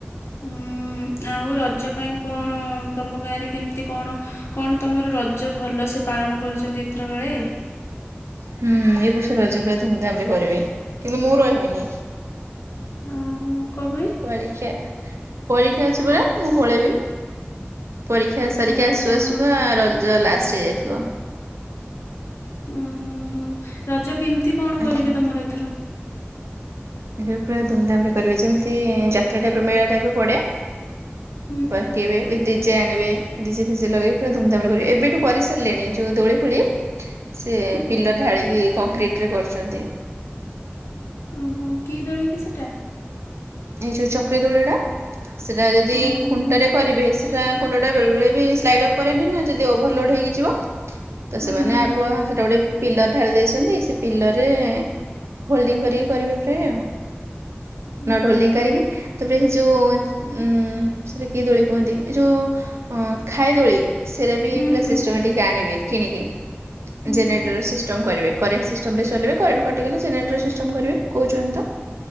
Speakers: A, on the left; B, on the right.
A: ହୁଁ ଆଉ ରଜ ପାଇଁ କଣ ତମ ଗାଁରେ କେମିତି କଣ କଣ ତମର ରଜ ଭଲସେ ପାଳନ କରୁଛନ୍ତି ଏଥର ଆଳେ?
B: ହୁଁ ଏ ବର୍ଷ ରହିଛି ପୁରା ଧୁମଧାମ ରେ କରିବେ କିନ୍ତୁ ମୁଁ ରହିବିନି।
A: ଓହୋ କ ପାଇଁ?
B: ପରୀକ୍ଷା ପରୀକ୍ଷା ଅଛି ପରା ମୁଁ ପଳେଇବି। ପରୀକ୍ଷା ସାରିକି
A: ଓହୋ
B: ଆସୁଆସୁ ବା ରଜ ଲାଷ୍ଟ ହେଇଯାଇଥିବ।
A: ଓହୋ ହୋଁ ରଜ କେମିତି କଣ
B: ଆଜ୍ଞା
A: କରିବେ ତମର ଏଥର?
B: ଏଥର ପୁରା ଧୁମଧାମରେ କରିବେ ଯେମିତି ଯାତ୍ରା ଟାଇପ ର ମେଳା ଟାଇପ ର ପଡେ।
A: ହୁଁ
B: ପକେଇବେ ୱିଥ ଡିଜେ ଆଣିବେ ଡି ଜେ ଫିଜେ ଲଗେଇକି ପୁରା ଧୁମଧାମରେ କରିବେ। ଏବେଠୁ କରିସାରିଲେଣି ଯୋଉ ଦୋଳି ଫୋଳି ସେ
A: ହୁଁ
B: ପିଲର ଢାଳିକି କଂକ୍ରିଟ ରେ କରୁଛନ୍ତି।
A: ଓହୋ କି ଦୋଳି କି ସେଟା?
B: ଏଇ ଯୋଉ ଚକରି ଦୋଳି ଟା ସେଟା ଯଦି
A: ଓହୋ
B: ଖୁଣ୍ଟାରେ
A: ହୋ
B: କରିବେ, ସେଟା କୁଣ୍ଡ ଟା ବେଳେବେଳେ ବି ସ୍ଲାଇଡ୍ ଅପ୍ ପରେନି ନା ଯଦି ଓଭରଲୋଡ ହେଇିଯିବ। ତ
A: ହୁଁ
B: ସେମାନେ
A: ହୁଁ
B: ଆଗୁଆ ସେଟା ଗୋଟେ ପିଲର ଢାଳି ଦେଇଛନ୍ତି ସେ ପିଲର ରେ ହୋଲଡିଙ୍ଗ କରିକି କରିବେ ପ୍ରାୟ ଆଉ।
A: ଓହୋ
B: ନଟ ହୋଲ୍ଡିଙ୍ଗ କରିକି ତାପରେ ସେ ଯୋଉ ଉମ ସେଇଟା କି ଦୋଳି କୁହନ୍ତି ଏ ଯୋଉ ଅଁ ଖାଇଦୋଳି। ସେଇଟା ବି
A: ହୁଁ
B: ପୁରା
A: ହୁଁ
B: ସିଷ୍ଟମାଟିକ ଆଣିବେ କିଣିକି
A: ହୁଁ
B: ଜେନେରେଟର ସିଷ୍ଟମ କରିବେ। କରେଣ୍ଟ ସିଷ୍ଟମରେ ଚଲେଇବେ କରେଣ୍ଟ କଟିଗଲେ ଜେନେଟର ସିଷ୍ଟମ୍ କରିବେ, କହୁଛନ୍ତି ତ।